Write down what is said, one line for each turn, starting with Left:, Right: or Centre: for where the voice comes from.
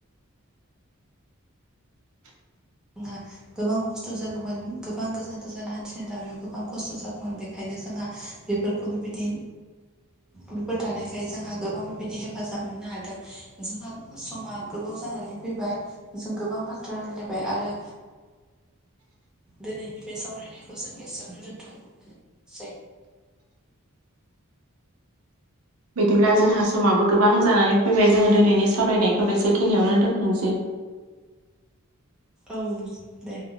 Centre: थाङा गोबां खस्थ' जागौमोन गोबां गोजान गोजान हान्थिनाय लामायाव गोबां खस्थ' जागोन मोन बेखायनो जोंहा बेफोरखौ बेबायदि बेफोर थानायखाय जोंहा गोबां बेबायदि हेफाजाब मोननो हादों जोंहा समा गोबाव जानानै फैबाय जों गोबां बाथ्रा रायलायबाय आरो दोनैनि बे सावरायनायखौ जों एसेयावनो दोनथ'नोसै
Right: बिदिब्ला जोंहा समाबो गोबां जानानै फैबाय जोङो दिनैनि सावरायनायखौ बेसेखिनियावनो दोनथ'नोसै।
Centre: औ दे